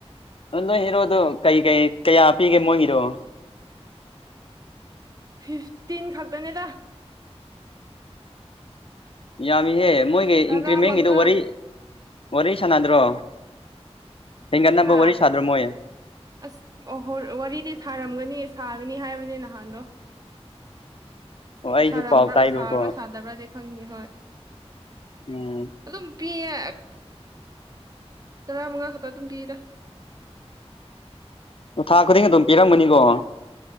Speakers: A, on the left; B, on the right.
A: ꯑꯗꯣ ꯅꯣꯏ ꯍꯦꯔꯣꯗꯣ ꯀꯩ ꯀꯩ ꯀꯌꯥ ꯄꯤꯒꯦ ꯃꯣꯏꯒꯤꯗꯣ
B: ꯐꯤꯐꯇꯤꯟ ꯈꯥꯛꯇꯅꯦꯗ
A: ꯌꯥꯝꯃꯤꯍꯦ ꯃꯣꯏꯒꯤ
B: ꯇꯔꯥ
A: ꯏꯟꯀ꯭ꯔꯤꯃꯦꯟꯒꯤꯗꯨ
B: ꯃꯉꯥ
A: ꯋꯥꯔꯤ ꯋꯥꯔꯤ ꯁꯥꯟꯅꯗ꯭ꯔꯣ ꯍꯦꯟꯒꯠꯅꯕ
B: ꯍꯥ
A: ꯋꯥꯔꯤ ꯁꯥꯗꯔꯣ ꯃꯣꯢ
B: ꯑꯁ ꯋꯥꯔꯤꯗꯤ ꯁꯥꯔꯝꯒꯅꯤ ꯁꯥꯒꯅꯤ ꯍꯥꯏꯕꯅꯦ ꯅꯍꯥꯟꯗꯣ
A: ꯑꯣ ꯑꯩꯁꯨ
B: ꯁꯥꯔꯝꯕ꯭ꯔ
A: ꯄꯥꯎ ꯇꯥꯏꯕꯀꯣ
B: ꯁꯥꯕ꯭ꯔꯥ ꯁꯥꯗꯕ꯭ꯔꯗꯤ ꯈꯪꯗꯦ ꯍꯣꯏ
A: ꯎꯝ
B: ꯑꯗꯨꯝ ꯄꯤꯌꯦ ꯇꯔꯥꯃꯉꯥ ꯈꯛꯇ ꯑꯗꯨꯝ ꯄꯤꯗ
A: ꯊꯥ ꯈꯨꯗꯤꯡ ꯑꯗꯨꯝ ꯄꯤꯔꯝꯃꯅꯤꯀꯣ